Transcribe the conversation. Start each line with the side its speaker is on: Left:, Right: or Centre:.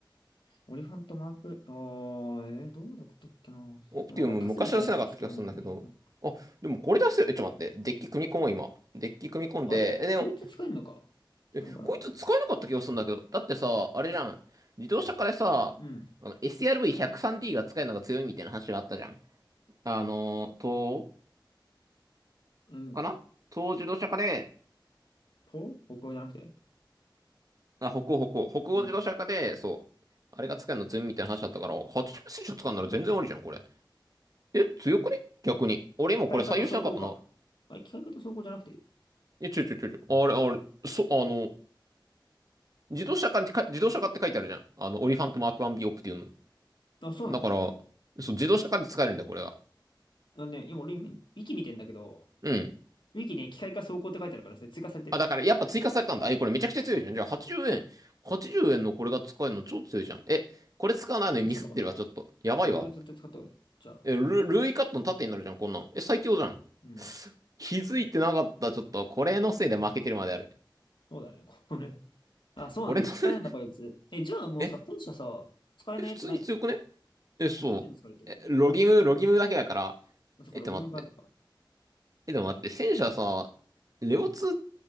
Left: オリファントマーク、あー、えー、どうだったっけな。
Right: オプティウム昔出せなかった気がするんだけど。
Left: なんかカスみたいなやつ出したよね。25
Right: あ、でもこれ出せる。え、ちょっと待って。デッキ組み込もう、今。デッキ組み込んで。
Left: あれこいつ使えるのか。
Right: え、でも、
Left: ちょっと悪くない。
Right: え、こいつ使えなかった気がするんだけど。だってさ、あれじゃん。自動車化でさ、
Left: うん。
Right: あの、SRV103D が使えるのが強いみたいな話があったじゃん。あの、東欧
Left: うん。
Right: かな東欧自動車化で、
Left: と歩行じゃなくて
Right: あ、北欧、北欧、北欧自動車化で、
Left: うん。機
Right: そう。あれが使えるの強いみたいな話だったから、80選手使うなら全然ありじゃん、これ。え、強くね逆に。俺今これ採用してなかったな。
Left: 械化と走行か。あれ、機械化と走行じゃなくて
Right: え、ちょちょちょちょ。あれ、あれ、そ、あの、自動車化にか、自動車化って書いてあるじゃん。あの、オリファントマーク 1B オプティウム。
Left: あ、そうなの
Right: だから、そう、自動車化で使えるんだよ、これが。
Left: あのね、今俺今、息見てんだけど、
Right: うん。
Left: ウィキね、機械化走行って書いてあるから、それ追加されてる。
Right: あ、だから、やっぱ追加されたんだ。え、これめちゃくちゃ強いじゃん。
Left: うん
Right: じゃあ、80円、80円のこれが使えるの超強いじゃん。え、これ使わないのにミスってるわ、
Left: これ使った方がいい。
Right: ちょっと。やばいわ。
Left: うんそう、これ絶対使った方がいい。じゃあ、
Right: え、ル、ルーイカットの縦になるじゃん、こんなん。え、最強じゃん。
Left: うん。
Right: 気づいてなかった、
Left: うん
Right: ちょっと。これのせいで負けてるまである。
Left: そうだね、これ。あ、そうなんだ。
Right: これのせい、
Left: 使えるんだ、こいつ。え、じゃあもうさ、
Right: え、
Left: 戦車さ、使えないやつないじゃん。
Right: え、普通に強くねえ、そう。
Left: 戦車全部使えるってこ
Right: え、ロギム、ロギムだけだから。
Left: とだから、
Right: え、って待って。
Left: ログインがあるのか。
Right: え、でも待って、戦車さ、レオ2っ